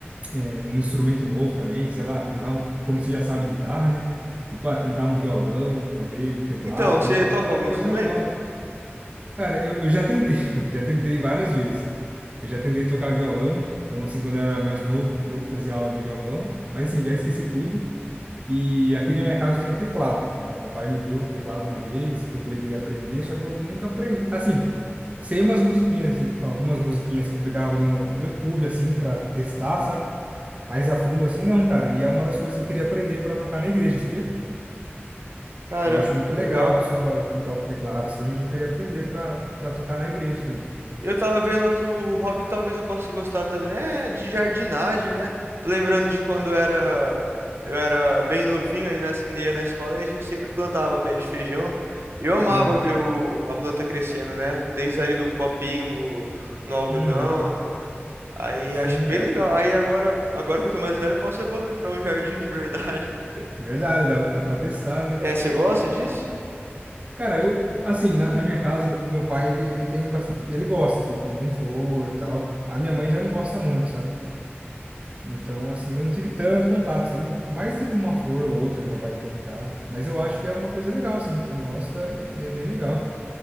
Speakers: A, on the right; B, on the right.
A: é, um instrumento novo também, sei lá, tentar, um, como você já sabe, guitarra, né? Tipo, ah, tentar um violão, talvez, um teclado,
B: Então, você
A: né?
B: toca
A: Tentar
B: algum
A: coisas
B: instrumento?
A: novas. Cara, eu, eu já tentei, <laughs> já tentei várias vezes. Eu já tentei tocar violão, então assim, quando eu era mais novo, eu fazia aula de violão, mas assim, já esqueci tudo. E aqui na minha casa tem um teclado. Meu pai me deu o teclado uma vez, porque eu falei que queria aprender, só que eu nunca aprendi. Assim, sei umas musiquinhas, algumas musiquinhas que eu pegava no, no YouTube, assim, para testar, sabe? Mais a fundo, assim, não, cara. E é uma das coisas que eu queria aprender para tocar na igreja, sabia?
B: Caramba,
A: Eu acho muito
B: que
A: legal
B: legal.
A: a pessoa que toca teclado, assim, e eu queria aprender para para tocar na igreja também.
B: Eu tava vendo outro hobby que talvez eu possa gostar também, é de jardinagem, né? Tô lembrando de quando eu era, eu era bem novinho, aí na, ia na escola e a gente sempre plantava pé de feijão. E eu amava
A: Uhum.
B: ver o, a planta crescendo, né? Desde ali do copinho no, no algodão.
A: Uhum.
B: Aí
A: Sim,
B: acho bem
A: cara.
B: legal. Aí agora, agora que eu tô mais velho, eu posso evoluir pra um jardim de verdade. <laughs>
A: Verdade, dá, dá pra testar, né?
B: É, você gosta disso?
A: Cara, eu, assim, na, na minha casa, o meu pai, ele, ele tem bastante. Ele gosta, assim, ele tem flor e tal. A minha mãe já não gosta muito, sabe? Então, assim, eu não tive tanto contato, assim. Mais tipo uma flor ou outra que meu pai tem em casa. Mas eu acho que é uma coisa legal, assim. Quem gosta é, é bem legal.